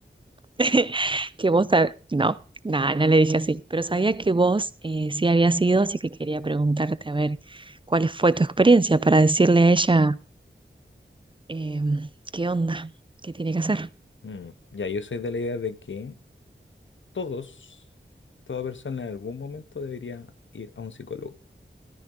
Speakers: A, on the right; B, on the left.
A: <laughs> que vos, sab- no, nada, no le dije así, pero sabía que vos eh, sí había sido, así que quería preguntarte a ver cuál fue tu experiencia para decirle a ella eh, qué onda, qué tiene que hacer.
B: Mm, ya, yo soy de la idea de que todos, toda persona en algún momento debería ir a un psicólogo.